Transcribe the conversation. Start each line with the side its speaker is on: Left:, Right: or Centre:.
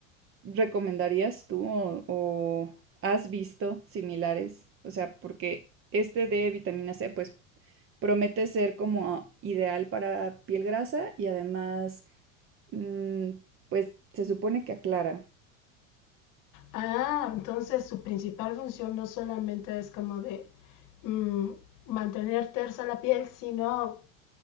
Right: recomendarías tú o, o has visto similares? O sea, porque este de vitamina C, pues promete ser como ideal para piel grasa y además, mm, pues se supone que aclara.
Left: Ah, entonces su principal función no solamente es como de mm, mantener tersa la piel, sino